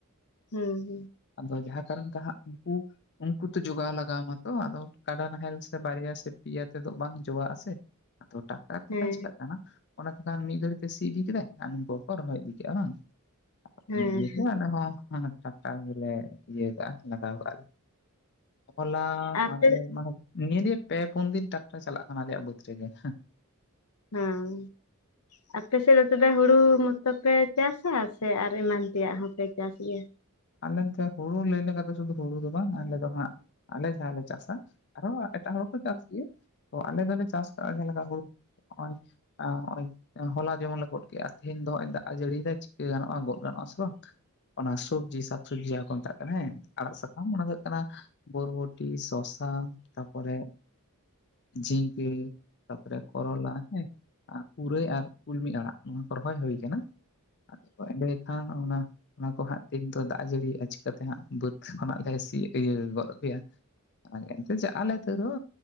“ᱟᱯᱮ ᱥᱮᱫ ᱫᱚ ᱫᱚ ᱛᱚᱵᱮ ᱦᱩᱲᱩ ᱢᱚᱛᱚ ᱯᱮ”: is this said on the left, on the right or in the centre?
Left